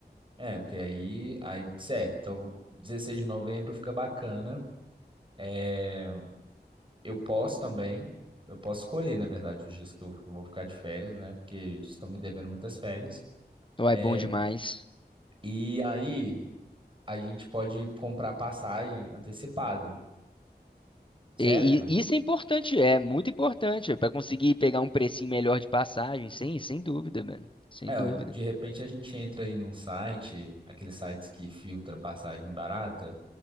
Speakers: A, on the right; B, on the left.
A: É, porque aí, aí, certo, então 16 de novembro fica bacana. É, eu posso também, eu posso escolher, na verdade, os dias que eu vou ficar de férias, né? Porque estão me devendo muitas férias.
B: Então,
A: É,
B: é bom demais.
A: e aí a gente pode comprar passagem antecipado, certo?
B: E, e isso é importante, é muito importante para conseguir pegar um precinho melhor de passagem, sem, sem dúvida, mano. Sem
A: É,
B: dúvida.
A: ó, de repente a gente entra aí num site, aqueles sites que filtra passagem barata,